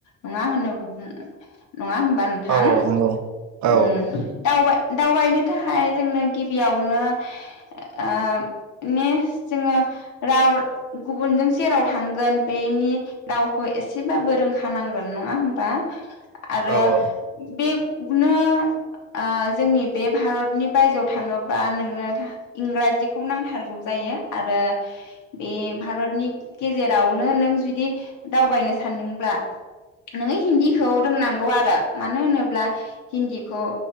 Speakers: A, on the left (about 80°); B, on the right (about 70°).
A: नङा होनो नङा होमबा नोंथां?
B: औ नंगौ औ
A: ओम दावबाय दावबायनो थाखाय जोंनो गिबियावनो ओ नेस्ट जोंहा राव गुबुनजों जेराव थांगोन बेनि रावखौ एसेबाबो रोंखानांगोन नङा होमबा आरो
B: औ नंगौ
A: बेनो ओ जोंनि बे भारतनि बायजोआव थाङोबा नोंनो इंराजिखौ नांथारगौ जायो आरो बे भारतनि गेजेरावनो नो नों जुदि दावबायनो सानदोंब्ला नोङो हिन्दीखौ रोंनांगौ आरो मानो होनोब्ला हिन्दीखौ